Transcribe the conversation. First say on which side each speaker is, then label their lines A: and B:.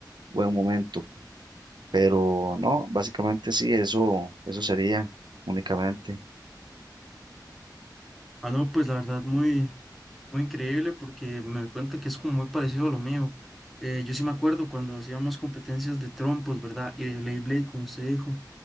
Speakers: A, on the right (about 80°); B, in the centre.
A: buen momento, pero no, básicamente sí, eso, eso sería únicamente.
B: Ah, no, pues la verdad, muy Muy increíble porque me doy cuenta que es como muy parecido a lo mío. Eh, yo sí me acuerdo cuando hacíamos competencias de trompos, ¿verdad? Y de Beyblade, como usted dijo.